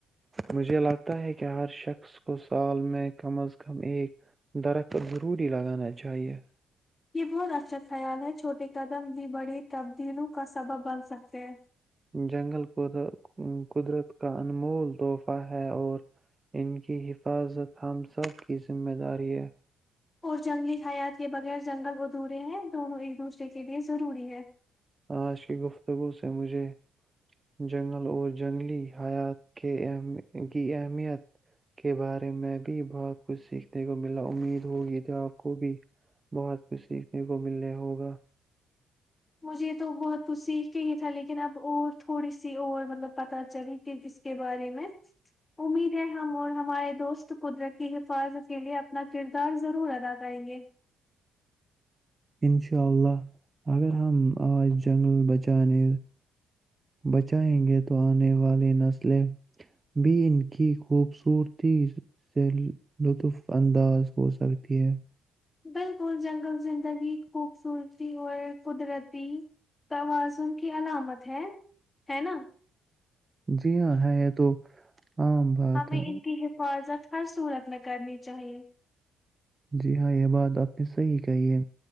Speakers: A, on the right; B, on the left.
A: مجھے لگتا ہے کہ ہر شخص کو سال میں کم از کم ایک درخت ضروری لگانا چاہیئے
B: یہ بہت اچھا خیال ہے چھوٹے قدم بھی بڑے تبدیلوں کا سبب بن سکتے ہیں
A: جنگل قد قدرت کا انمول تحفہ ہے اور ان کی حفاظت ہم سب کی ذمہ داری ہے
B: اور جنگلی حیات کے بغیر جنگل ادھورے ہیں دونوں ایک دوسرے کے لیے ضروری ہے
A: آج کی گفتگو سے مجھے جنگل اور جنگلی حیات کے ا کی اہمیت کے بارے میں بھی بہت کچھ سیکھنے کو ملا امید ہوگی ت آپ کو بھی بہت خوشی کو ملنے ہوگا
B: مجھے یہ تو بہت کچھ سیکھ کے ہی تھا لیکن اب اور تھوڑی سی اور مطلب پت چلی کہ اس کے بارے میں امید ہے ہم اور ہمارے دوست قدرتی کی حفاظت کے لیے اپنا کردار ضرور ادا کریں گے
A: انشاء اللہ اگر ہم آج جنگل بچانے بچائیں گے تو آنے والی نسلیں بھی ان کی خوبصورتی سے لطف انداز ہو سکتی ہے
B: بالکل جنگل زندگی خوبصورتی اور قدرتی توازن کی علامت ہے ہے نا
A: جی ہاں ہے یہ تو عام بات
B: ہمیں
A: ہے
B: ان کی حفاظت ہر صورت میں کرنی چاہیے
A: جی ہاں یہ بات آپ صحیح کہیے